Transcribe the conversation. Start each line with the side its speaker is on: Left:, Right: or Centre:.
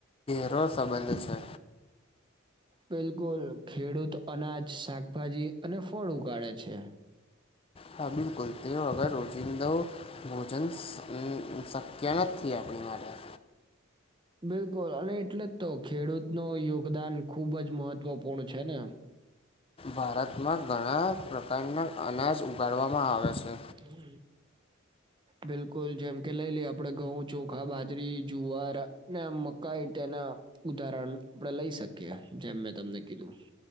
Left: ઘરો સંબંધ છે
Right: બિલકુલ ખેડૂત અનાજ શાકભાજી અને ફળ ઉગાડે છે
Left: કાબિ કરલતે અગર રોજિંદો ભોજન શક્ય નથી આપણી માટેરે
Right: બિલકુલ અને એટલે જ તો ખેડૂત ન યોગદાન ખુબ જ મહત્વપૂર્ણ છે ને
Left: ભારતમાં ઘણા પ્રકારના અનાજ ઉગાડવામાં આવે છે
Right: હમ બિલકુલ જેમ કે લઈ લઈ આપડે ઘઉં ચોખા બાજરી જુવાર આમ મકાઈ તેના ઉદાહરણ આપણે લઈ શકીએ જેમ મેં તમને કીધું